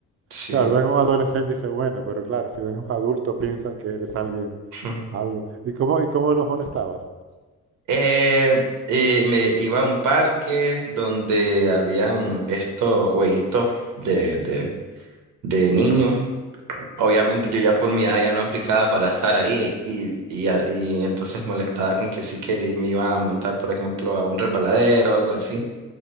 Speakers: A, on the right; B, on the right.
A: Sí.
B: claro, ven un adolescente y dicen, bueno, pero claro, si ven un adulto piensan que eres alguien,
A: <laughs>
B: algo. ¿Y cómo, y cómo los molestabas?
A: Eh, eh, me iba a un parque donde habían estos jueguitos de, de, de niños obviamente yo ya por mi edad ya no aplicaba para estar ahí y, y, a- y entonces molestaba con que sí quería, me iba a montar, por ejemplo, a un resbaladero o algo así.